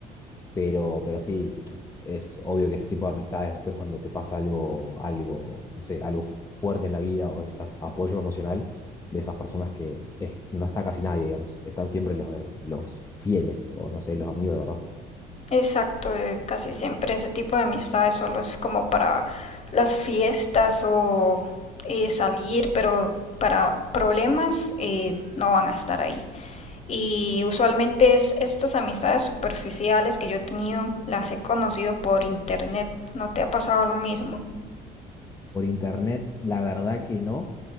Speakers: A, on the left; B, on the left.
A: Pero, pero sí, es obvio que ese tipo de amistades después cuando te pasa algo, algo, no sé, algo fuerte en la vida o necesitas apoyo emocional de esas personas que eh, no está casi nadie, digamos, están siempre los de los fieles o no sé, los amigos de verdad.
B: Exacto, eh, casi siempre ese tipo de amistades solo es como para las fiestas o eh, salir, pero para problemas eh, no van a estar ahí. Y usualmente es estas amistades superficiales que yo he tenido, las he conocido por internet. ¿No te ha pasado lo mismo?
A: Por internet, la verdad que no.